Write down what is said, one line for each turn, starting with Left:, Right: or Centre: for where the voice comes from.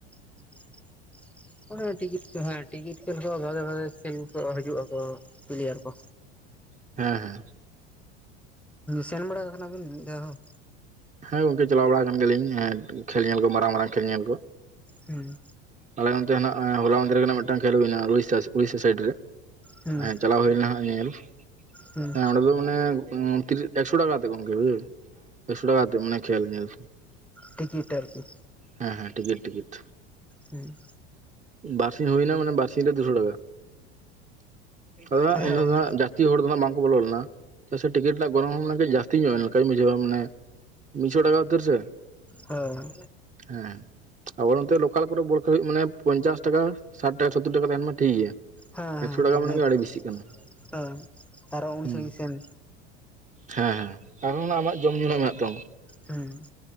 Centre: ᱦᱮᱸ <unintelligible> ᱦᱮᱸ ᱴᱤᱠᱤᱴ ᱠᱚ ᱦᱮᱸ ᱴᱤᱠᱤᱴ ᱠᱷᱮᱞ ᱠᱚ ᱵᱷᱟᱜᱮ ᱵᱷᱟᱜᱮ ᱠᱷᱮᱞ ᱠᱚ ᱦᱤᱡᱩᱜᱼᱟᱠᱚ ᱯᱞᱮᱭᱟᱨ ᱠᱚ
Right: ᱦᱮᱸ ᱦᱮᱸ
Centre: ᱥᱮᱱ ᱵᱟᱲᱟ ᱟᱠᱟᱱᱟ ᱵᱤᱱ ᱢᱤᱫ ᱫᱷᱟᱣ ᱦᱚᱸ
Right: ᱦᱮᱸ ᱜᱚᱝᱠᱮ ᱪᱟᱞᱟᱣ ᱵᱟᱲᱟ ᱠᱟᱱ ᱜᱮᱭᱟᱞᱤᱧ ᱠᱷᱮᱞ ᱧᱮᱞ ᱠᱚ ᱢᱟᱨᱟᱝ ᱢᱟᱨᱟᱝ ᱠᱷᱮᱞ ᱧᱮᱞ ᱠᱚ
Centre: ᱦᱮᱸ
Right: ᱟᱞᱮ ᱱᱚᱛᱮ ᱦᱮᱱᱟᱜᱼᱟ ᱦᱚᱞᱟ ᱢᱟᱫᱤᱨ ᱨᱮᱱᱟᱜ ᱢᱤᱫᱴᱟᱝ ᱪᱟᱞᱩᱭᱱᱟ ᱩᱲᱤᱥᱥᱟ ᱩᱲᱤᱥᱥᱟ ᱥᱟᱭᱤᱰ ᱨᱮ
Centre: ᱦᱩᱸ
Right: ᱦᱮ
Centre: ᱦᱩᱸ
Right: ᱪᱟᱞᱟᱣ ᱦᱩᱭ ᱞᱮᱱᱟ ᱦᱟᱸᱜ ᱧᱮᱞ
Centre: ᱦᱩᱸ
Right: ᱦᱮᱸ ᱚᱸᱰᱮ ᱫᱚ ᱢᱟᱱᱮ ᱮᱠᱥᱚ ᱴᱟᱠᱟ ᱠᱟ ᱠᱟᱛᱮᱫ ᱜᱚᱢᱠᱮ ᱵᱩᱡᱦᱟᱹᱣ <unintelligible> <inaudible> ᱢᱟᱱᱮ ᱠᱷᱮᱞ ᱧᱮᱞ
Centre: ᱴᱤᱠᱤᱴ ᱟᱨᱠᱤ
Right: ᱦᱮᱸ ᱦᱮᱸ ᱴᱤᱠᱤᱴ ᱴᱤᱠᱤᱴ
Centre: ᱦᱮᱸ
Right: ᱵᱟᱨᱥᱤᱧ ᱦᱩᱭᱱᱟ ᱢᱟᱱᱮ ᱵᱟᱨᱥᱤᱧ ᱨᱮ ᱫᱩᱭᱥᱚ ᱴᱟᱠᱟ ᱟᱫᱚ
Centre: ᱦᱮᱸ
Right: ᱮᱱ ᱦᱤᱞᱳᱜ ᱫᱚ ᱦᱟᱜ ᱡᱟᱹᱥᱛᱤ ᱦᱚᱲ ᱫᱚ ᱦᱟᱜ ᱵᱟᱝᱠᱚ ᱵᱚᱞᱚ ᱞᱮᱱᱟ ᱪᱮᱫᱟᱜ ᱥᱮ ᱴᱤᱠᱤᱴ ᱨᱮᱱᱟᱜ ᱜᱚᱱᱚᱝ ᱦᱚᱸ ᱴᱤᱠᱤᱴ ᱨᱮᱱᱟᱜ ᱜᱚᱱᱚᱝ ᱦᱚᱸ ᱡᱟᱹᱥᱛᱤ ᱧᱚᱜᱼᱟ ᱞᱮᱠᱟᱧ ᱵᱩᱡᱷᱟᱹᱣᱟ ᱢᱟᱱᱮ ᱢᱤᱫᱥᱚ ᱴᱟᱠᱟ ᱩᱛᱟᱹᱨ ᱥᱮ
Centre: ᱦᱳᱭ
Right: ᱦᱮᱸ ᱟᱵᱚ ᱱᱚᱛᱮ ᱞᱳᱠᱟᱞ ᱠᱚᱨᱮ ᱵᱚᱞ ᱠᱷᱮᱞ ᱦᱩᱭᱩᱜ ᱢᱟᱱᱮ ᱯᱚᱧᱪᱟᱥ ᱴᱟᱠᱟ ᱥᱟᱴ ᱴᱟᱠᱟ ᱥᱳᱛᱛᱳ ᱴᱟᱠᱟ ᱛᱮ ᱮᱢ ᱢᱮ ᱴᱷᱤᱠ ᱜᱮᱭᱟ
Centre: ᱦᱮᱸ
Right: ᱮᱠᱥᱚ ᱴᱟᱠᱟ
Centre: ᱦᱮᱸ
Right: ᱢᱟᱱᱮ
Centre: ᱦᱮᱸ
Right: ᱜᱮ ᱟᱹᱰᱤ ᱵᱮᱥᱤᱜ ᱠᱟᱱᱟ
Centre: ᱦᱮᱸ ᱟᱨᱚ ᱩᱱ
Right: ᱦᱩᱸ
Centre: ᱥᱟᱹᱜᱤᱧ ᱥᱮᱱ
Right: ᱦᱮᱸ ᱦᱮᱸ ᱟᱨᱚ ᱚᱱᱟ ᱟᱢᱟᱜ ᱡᱚᱢ ᱧᱩᱩ ᱱᱟᱜ ᱢᱮᱱᱟᱜ ᱛᱟᱢ᱾
Centre: ᱦᱩᱸ᱾